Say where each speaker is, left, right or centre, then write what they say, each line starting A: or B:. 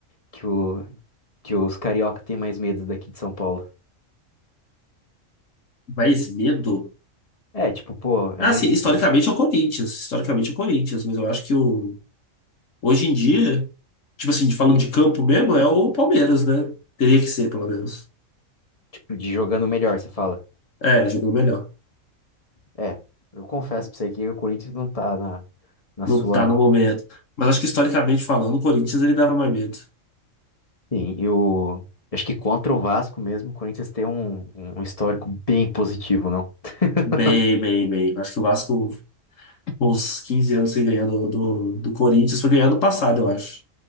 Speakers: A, on the left; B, on the left.
A: que, o, que os carioca têm mais medo daqui de São Paulo?
B: Mas medo?
A: É, tipo, pô, é
B: Ah,
A: mais
B: sim,
A: difícil.
B: historicamente é o Corinthians. Historicamente é o Corinthians, mas eu acho que o... hoje em dia, tipo assim, falando de campo mesmo, é o Palmeiras, né? Teria que ser, pelo menos.
A: Tipo, de jogando melhor, você fala.
B: É, jogando melhor.
A: É, eu confesso pra você que o Corinthians não tá na, na
B: Não
A: sua.
B: tá no momento. Mas acho que historicamente falando, o Corinthians ele dava mais medo.
A: Sim, e o. Acho que contra o Vasco mesmo, o Corinthians tem um, um histórico bem positivo, não? <laughs>
B: Bem, bem, bem. Acho que o Vasco, com uns 15 anos sem ganhar do, do, do Corinthians, foi ganhar ano passado, eu acho.